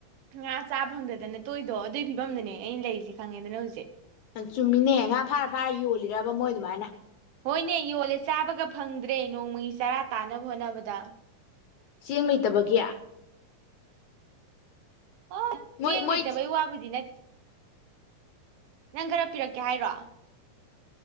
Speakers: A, on the right; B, on the left.
A: ꯉꯥ ꯆꯥꯕ ꯐꯪꯗꯗꯅ ꯇꯣꯛꯏꯗꯣ ꯑꯗꯨꯏ ꯐꯤꯕꯝꯗꯨꯅꯦ ꯑꯩꯅ ꯂꯩꯔꯤꯁꯦ ꯈꯪꯉꯦꯗꯅ ꯍꯧꯖꯤꯛ ꯑꯦ
B: ꯌꯥ ꯆꯨꯝꯃꯤꯅꯦ ꯉꯥ ꯐꯥꯔ-ꯐꯥꯔ ꯌꯣꯜꯂꯤꯔꯕ ꯃꯣꯏ ꯑꯗꯨꯃꯥꯏꯅ
A: ꯍꯣꯏꯅꯦ ꯌꯣꯜꯂꯦ ꯆꯥꯕꯒ ꯐꯪꯗ꯭ꯔꯦ ꯅꯣꯡꯃꯒꯤ ꯆꯥꯔꯥ ꯇꯥꯟꯅꯕ ꯍꯣꯠꯅꯕꯗ
B: ꯆꯦꯡ ꯂꯩꯇꯕꯒꯤ
A: ꯑꯣ‌ꯆꯦꯡ
B: ꯃꯣꯏ ꯃꯣꯏ
A: ꯂꯩꯇꯕꯩ ꯋꯥꯕꯨꯗꯤ ꯅꯠ ꯅꯪ ꯈꯔꯥ ꯄꯤꯔꯛꯀꯦ ꯍꯥꯏꯔꯣ